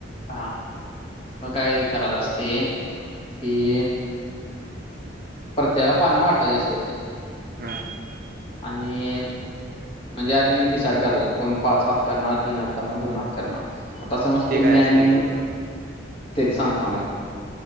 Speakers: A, on the left (about 30°); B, on the right (about 50°).
A: हा मग काय करायच असते ती प्रत्येला पानं वाटायची असते ती
B: हम
A: आणि म्हणजे आधी डिसाइड कराच कोण पाच हात करणार तीन हात करणार दोन हात करणार आता समज
B: ते
A: तु
B: काय
A: मी आहे
B: असते
A: आणि
B: ते
A: तेच सांगतो एक